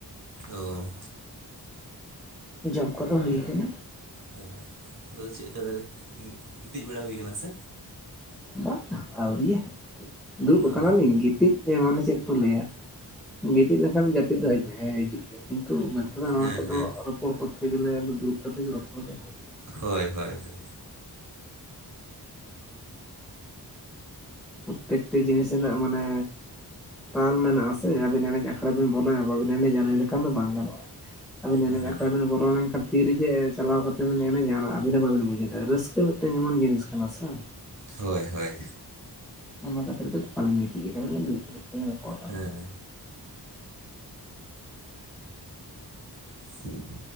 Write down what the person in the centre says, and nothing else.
ᱡᱚᱢ ᱠᱚᱫᱚ ᱦᱩᱭ ᱟᱠᱟᱱᱟ᱾
ᱵᱟᱝ ᱟᱹᱣᱨᱤᱭᱟᱹ ᱫᱩᱲᱩᱵ
ᱠᱟᱱᱟᱞᱤᱧ ᱜᱤᱛᱤᱡ ᱢᱟᱱᱮ ᱪᱮᱫ ᱠᱚ ᱞᱟᱹᱭᱟ ᱜᱤᱛᱤᱡ ᱞᱮᱠᱷᱟᱱ ᱡᱟᱹᱯᱤᱫ ᱫᱚ ᱦᱤᱡᱩᱜ ᱜᱮᱭᱟ ᱠᱤᱱᱛᱩ ᱢᱮᱱᱠᱷᱟᱱ <inaudible> ᱱᱚᱣᱟ
ᱠᱚᱫᱚ
ᱨᱚᱯᱚᱨ ᱠᱚᱛᱮ ᱜᱮ ᱞᱮ ᱫᱩᱨᱵ ᱠᱟᱛᱮ ᱜᱮ ᱨᱯᱚᱲ ᱜᱮ ᱵᱷᱟᱜᱤ,
ᱯᱨᱚᱛᱮᱠᱴᱤ ᱡᱤᱱᱤᱥ ᱨᱮᱱᱟᱜ ᱢᱟᱱᱮ ᱛᱟᱞ ᱢᱮᱱᱟᱜᱼᱟ ᱥᱮ ᱟᱵᱤᱱ ᱮᱱᱮᱡ ᱟᱠᱷᱲᱟ ᱵᱤᱱ ᱵᱚᱞᱚᱭᱟ ᱵᱟᱵᱤᱱ ᱮᱱᱮᱡᱼᱟ ᱞᱟᱹᱭ ᱞᱮᱠᱷᱟᱱ ᱫᱚ ᱵᱟᱝ ᱜᱟᱱᱚᱜᱼᱟ ᱟᱵᱤᱱ
ᱮᱱᱮᱡ ᱟᱠᱷᱲᱟ ᱵᱤᱱ ᱵᱚᱞᱚ ᱞᱮᱱᱠᱷᱟᱱ ᱛᱤ ᱨᱮᱡᱮ ᱪᱟᱞᱟᱣ ᱠᱟᱛᱮᱵᱮᱱ ᱮᱱᱮᱡᱟ ᱚᱱᱟ ᱟᱹᱵᱤᱱ ᱦᱚᱸ ᱵᱟᱹᱵᱤᱱ ᱵᱩᱡᱷᱟᱹᱣ ᱫᱟᱲᱮᱭᱟᱜ ᱨᱟᱹᱥᱠᱟᱹ ᱢᱤᱫᱴᱟᱝ ᱮᱢᱚᱱ ᱡᱤᱱᱤᱥ ᱠᱟᱱᱟ ᱥᱮ
ᱚᱱᱟ ᱠᱷᱛᱤᱨ <unintelligible> ᱜᱤᱛᱤᱡ ᱜᱮᱭᱟ ᱫᱩ <unintelligible>